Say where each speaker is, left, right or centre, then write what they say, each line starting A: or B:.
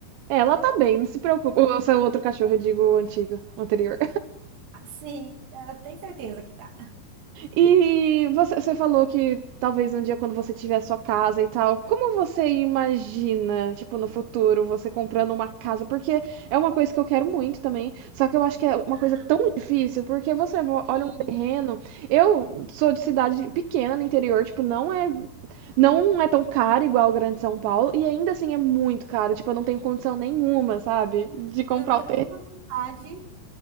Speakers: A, on the right (about 85°); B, on the right (about 60°).
A: Ela tá bem, não se preocupa. O seu outro cachorro, eu digo antigo, anterior.
B: Ah, Sim, ela tem certeza que tá.
A: E você, você falou que talvez um dia quando você tiver sua casa e tal, como você imagina, tipo, no futuro, você comprando uma casa? Porque é uma coisa que eu quero muito também, só que eu acho que é uma coisa tão difícil, porque você vo-
B: Sim,
A: olha um terreno. Eu sou de cidade pequena no interior, tipo, não é não é tão caro igual o Grande São Paulo, e ainda assim é muito caro, tipo, eu não tenho condição nenhuma, sabe, de comprar
B: eu não tenho
A: o
B: nenhuma vontade